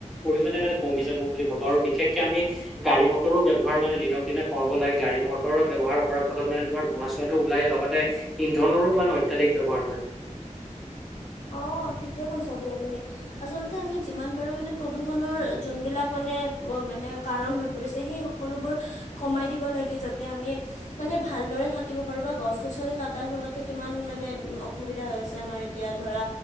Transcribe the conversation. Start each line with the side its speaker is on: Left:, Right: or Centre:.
Centre: পৰিমাণে মানে কমি যাব বুলি ভাবো আৰু বিশেষকে আমি গাড়ী মটৰো ব্যৱহাৰ মানে দিনক দিনক। কলব নাই গাড়ী মটৰৰ ব্যৱহাৰ কৰাৰ ফলত মানে তোমাৰ ধোঁৱা -চোৱাটো ওলাই লগতে। ইন্ধনৰো মানে অত্যাধিক ব্যৱহাৰ হয়।
Left: অ ঠিকে কৈছা দিয়া তুমি। আচলতে আমি যিমান পাৰোঁ মানে প্ৰদূষণৰ যোনবিলাক মানে মানে। কাৰণ হৈ পৰিছে সেই সকলোবোৰ কমাই দিব লাগে যাতে আমি। মানে ভালদৰে থাকিব পাৰো বা গছ- গছনি কটাৰ ফলতে কিমান মানে অসুবিধা হৈ আছে আমাৰ। এতিয়া ধৰা।